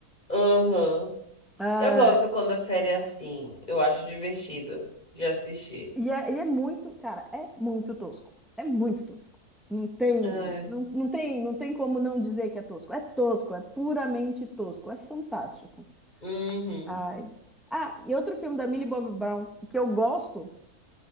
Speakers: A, on the left; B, in the centre.
A: Aham.
B: Ah,
A: Eu gosto quando a série é assim. Eu acho divertido de assistir.
B: e, é, e é muito, cara, é muito tosco. É muito tosco. Não tem,
A: É.
B: não, não tem, não tem como não dizer que é tosco. É tosco, é puramente tosco, é fantástico.
A: Uhum.
B: Ai. Ah, e outro filme da Millie Bobby Brown que eu gosto.